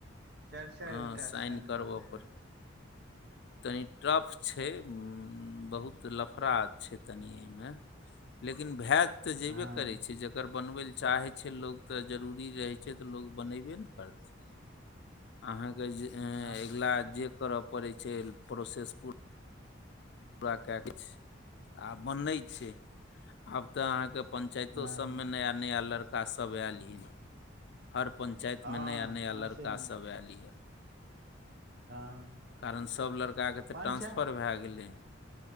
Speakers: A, on the right; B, on the left.
A: चारि चारि
B: हँ
A: गोटा
B: साइन करबऽ
A: करऽ पड़ै
B: पड़।
A: छै
B: तनि टफ छै बहुत लफड़ा छै तनि एयमे। लेकिन भेत तऽ जेबे
A: हँ
B: करै छै जकर बनबै लए चाहैत छै लोक तऽ जरूरी रहै। छै तऽ लोक बनेबे ने करतै। आहाँके जे
A: हँ
B: अगिला जे करऽ पड़ेै छै प्रोसेस पू पूरा कए कऽ छै आ बनै छै। आब तऽ आहाँके पञ्चायतो
A: हँ
B: सबमे नया-नया लड़का सब अल यए। हर पञ्चायतमे
A: हँ हँ
B: नया-नया लड़का
A: सौंसे
B: सब एल यए।
A: हँ
B: कारन सब लड़का के तऽ
A: पाँच
B: ट्रांफर भए गेलै।